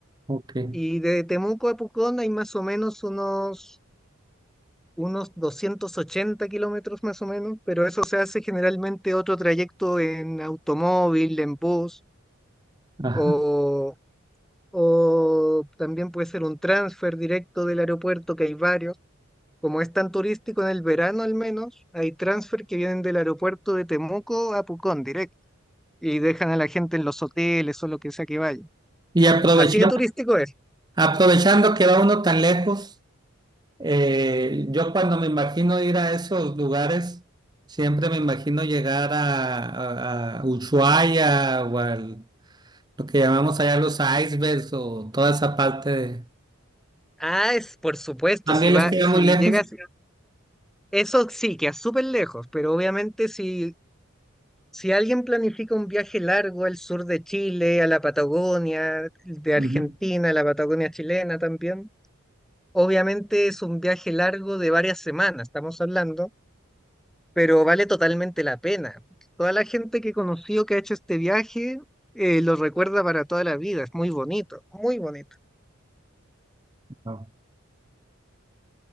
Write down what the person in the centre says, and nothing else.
Y de Temuco a Pucón hay más o menos unos unos 280 kilómetros más o menos, pero eso se hace generalmente otro trayecto en automóvil, en bus,
o, o también puede ser un transfer directo del aeropuerto, que hay varios. Como es tan turístico en el verano al menos, hay transfer que vienen del aeropuerto de Temuco a Pucón directo y dejan a la gente en los hoteles o lo que sea que vaya.
Así de turístico es.
Ah, es por supuesto,
si va,
si
llegas, eso sí, que es súper lejos, pero obviamente si Si alguien planifica un viaje largo al sur de Chile, a la Patagonia, de Argentina,
a la Patagonia chilena también, obviamente es un viaje largo de varias semanas, estamos hablando, pero vale totalmente la pena. Toda la gente que he conocido que ha hecho este viaje eh, lo recuerda para toda la vida, es muy bonito, muy bonito,